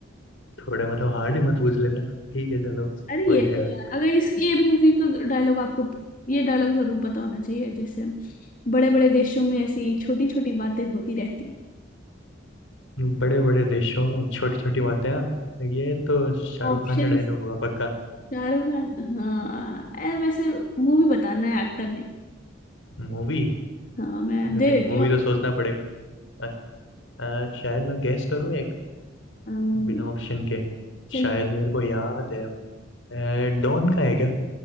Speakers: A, on the left; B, on the left.
A: थोड़ा मतलब हार्ड ही मत पूछ लेना ठीक है चलो
B: अरे
A: हो
B: ये
A: जाएगा
B: तो यार अगर इस ये मूवी का डायलॉग आपको ये डायलॉग जरूर पता होना चाहिए जैसे बड़े बड़े देशों में ऐसी छोटी छोटी बातें होती रहती
A: बड़े बड़े देशों में छोटी छोटी बातें हाँ ये तो शाहरुख
B: ऑप्शंस
A: खान का डायलॉग हुआ पक्का
B: शाहरुख खान हाँ ऐ वैसे मूवी बताना है एक्टर नहीं
A: मूवी
B: हाँ मैं
A: अरे
B: दे देती
A: मूवी
B: हूँ
A: तो सोचना पड़ेगा अ, अ, शायद मैं गैस करूँ एक
B: अम्म,
A: बिना ऑप्शन के
B: चलिए
A: शायद मेरे को याद है अ, डॉन का है क्या